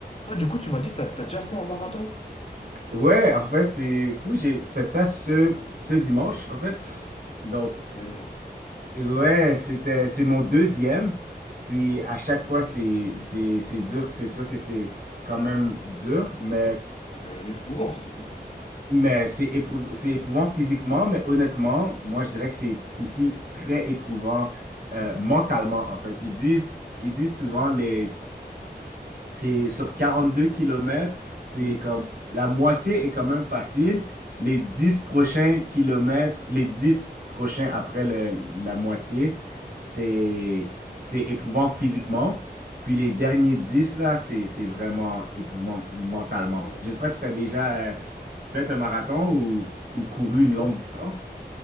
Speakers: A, on the left (about 35°); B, on the right (about 60°).
A: Toi, du coup, tu m'as dit, t'as t'as déjà fait un marathon?
B: Ouais, en fait, c'est fou. J'ai fait ça ce, ce dimanche, en fait. Donc,
A: Mais non,
B: ouais, c'était, c'est mon deuxième. Puis, à chaque fois, c'est, c'est, c'est dur. C'est sûr que c'est quand même dur, mais,
A: Ah, c'était quand même éprouvant physiquement.
B: mais c'est éprou- c'est éprouvant physiquement. Mais honnêtement, moi, je dirais que c'est aussi très éprouvant euh, mentalement, en fait. Ils disent, ils disent souvent les C'est sur 42 kilomètres, c'est
A: Oui.
B: comme la moitié est quand même facile. Les 10 prochains kilomètres, les 10 prochains après le- la moitié, c'est c'est éprouvant physiquement. Puis les derniers dix là, c'est c'est vraiment éprouvant mentalement.
A: Ouais.
B: Je sais pas si tu as déjà euh, fait un marathon ou, ou couru une longue
A: Moi,
B: distance.